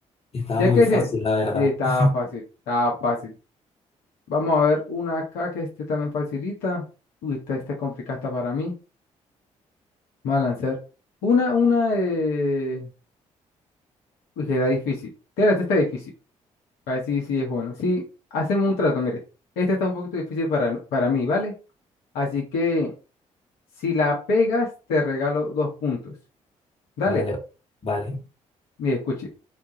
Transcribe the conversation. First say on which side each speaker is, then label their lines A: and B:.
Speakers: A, on the left; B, on the left.
A: estaba
B: ya
A: muy
B: que
A: fácil,
B: se...
A: la verdad.
B: Sí, estaba
A: <laughs>
B: fácil, estaba fácil. Vamos a ver una acá que este también facilita. Uy, esta, esta es complicada esta para mí. Vamos a lanzar. Una, una de... Uy, que está difícil. Tírate, esta está difícil. Para sí, sí, es bueno. Sí, hacemos un trato, mire. Esta está un poquito difícil para, no- para mí, ¿vale? Así que si la pegas, te regalo dos puntos. Dale,
A: Vale, vale.
B: mire, escuche.